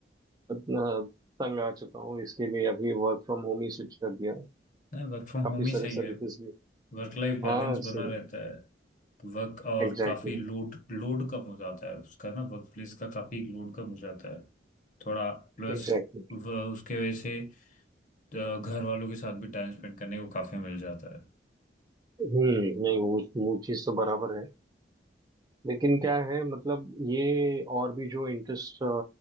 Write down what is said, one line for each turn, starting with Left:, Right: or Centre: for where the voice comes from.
Right: इतना तंग आ चुका हूँ इसके लिए अभी वर्क फ्रॉम होम ही स्विच कर दिया
Left: नहीं वर्क फ्रॉम
Right: काफी
Left: होम ही
Right: सारे
Left: सही
Right: सर्विसेज
Left: है
Right: भी
Left: वर्क लाइफ बैलेंस
Right: हाँ
Left: बना
Right: सही
Left: रहता है वर्क और
Right: Exactly
Left: काफी लोड लोड कम हो जाता है उसका ना वर्क प्लेस का काफी लोड कम हो जाता है थोड़ा प्लस
Right: exactly exactly.
Left: उसके वजह से अ, घर वालों के साथ भी टाइम स्पेंड करने को काफी मिल जाता है
Right: हम्म नहीं वो वो चीज तो बराबर है लेकिन क्या है मतलब ये और भी जो इंटरेस्ट